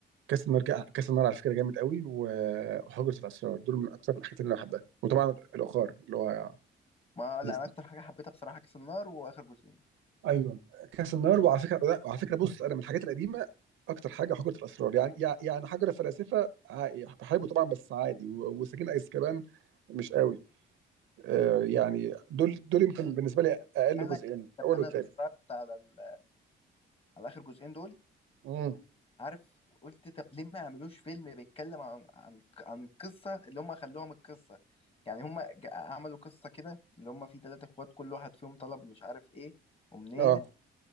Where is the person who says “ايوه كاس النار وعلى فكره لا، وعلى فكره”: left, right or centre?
Right